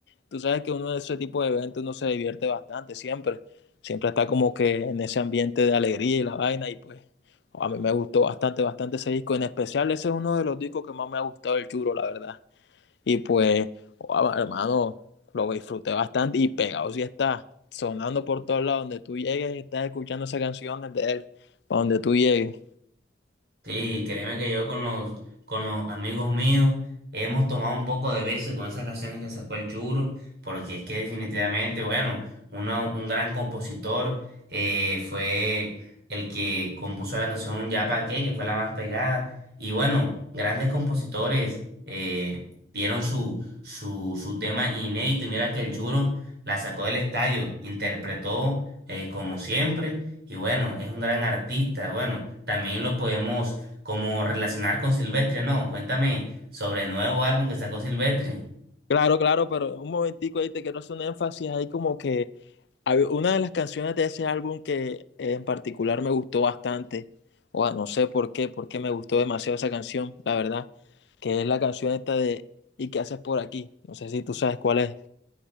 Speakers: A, on the left; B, on the right.
A: tú sabes que uno de ese tipo de eventos uno se divierte bastante siempre. Siempre está como que en ese ambiente de alegría y la vaina y pues a mí me gustó bastante, bastante ese disco. En especial ese es uno de los discos que más me ha gustado el churo, la verdad. Y pues, oh, hermano, lo disfruté bastante y pegado sí está sonando por todos lados, donde tú llegues, estás escuchando esas canciones de él, para donde tú llegues.
B: Sí, créeme que yo con los, con los amigos míos hemos tomado un poco de veces con esas canciones que sacó el Churo, porque es que definitivamente, bueno, uno, un gran compositor eh, fue el que compuso la canción Ya Pa' Qué, que fue la más pegada, y bueno, grandes compositores eh, dieron su, su, su tema inédito, y mira que el Churo la sacó del estadio, interpretó eh, como siempre, y bueno, es un gran artista, bueno, también lo podemos como relacionar con Silvestre, ¿no? Cuéntame sobre el nuevo álbum que sacó Silvestre.
A: Claro, claro, pero un momentico ahí te quiero hacer un énfasis ahí como que hab- Una de las canciones de ese álbum que eh, en particular me gustó bastante, o no sé por qué, porque me gustó demasiado esa canción, la verdad, que es la canción esta de ¿Y qué haces por aquí? No sé si tú sabes cuál es.